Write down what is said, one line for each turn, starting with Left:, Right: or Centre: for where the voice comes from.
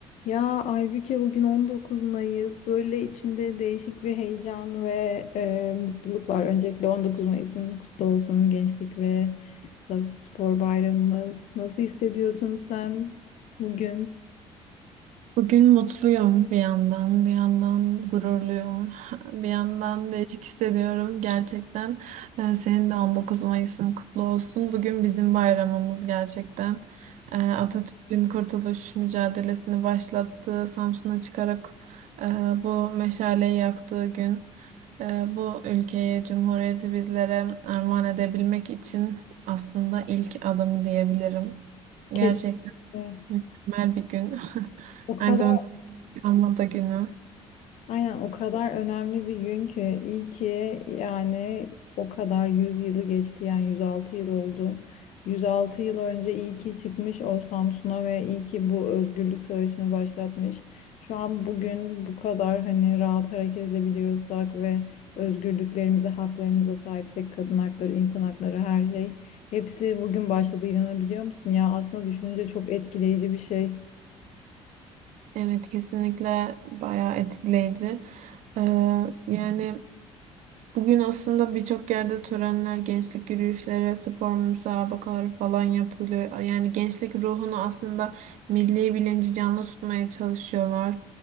Left: Ya Aybüke bugün 19 Mayıs. Böyle içimde değişik bir heyecan ve e, mutluluk var. Öncelikle 19 Mayıs'ın kutlu olsun gençlik ve spor bayramımız. Nasıl hissediyorsun sen bugün?
Right: Bugün mutluyum bir yandan, bir yandan gururluyum, <laughs> bir yandan değişik hissediyorum gerçekten. e, Senin de 19 Mayıs'ın kutlu olsun. Bugün bizim bayramımız gerçekten. E, Atatürk'ün kurtuluş mücadelesini başlattığı, Samsun'a çıkarak e, bu meşaleyi yaktığı gün, e, bu ülkeyi, cumhuriyeti bizlere armağan edebilmek için aslında ilk adımı diyebilirim.
Left: Kes-
Right: Gerçekten.
Left: E,
Right: Mükemmel bir gün. <laughs>
Left: O kadar
Right: Aynı zamanda Anma da günü.
Left: Aynen o kadar önemli bir gün ki iyi ki yani o kadar 100 yılı geçti yani 106 yıl oldu. 106 yıl önce iyi ki çıkmış o Samsun'a ve iyi ki bu özgürlük savaşını başlatmış. Şu an bugün bu kadar hani rahat hareket edebiliyorsak ve özgürlüklerimize, haklarımıza sahipsek, kadın hakları, insan hakları her şey hepsi bugün başladı inanabiliyor musun? Ya aslında düşününce çok etkileyici bir şey.
Right: Evet kesinlikle bayağı etkileyici. Ee, yani Bugün aslında birçok yerde törenler, gençlik yürüyüşleri, spor müsabakaları falan yapılıyor. Yani gençlik ruhunu aslında milli bilinci canlı tutmaya çalışıyorlar.